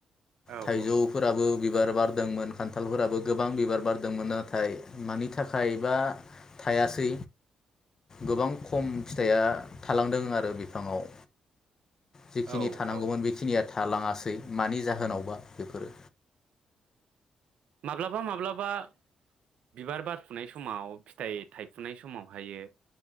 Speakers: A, on the right; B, on the left.
A: औ
B: थाइजौफोराबो बिबार बारदोंमोन खानथालफोराबो गोबां बिबार बारदोंमोन नाथाय मानि थाखाय बा थायासै गोबां खम फिथाइया थालांदों आरो बिफाङाव जिखिनि
A: औ
B: थानांगौमोन
A: औ
B: बेखिनिया थालाङासै मानि जाहोनावबा बेफोरो
A: माब्लाबा माब्लाबा बिबार बारफुनाय समाव फिथाइ थायफुनाय समावहायो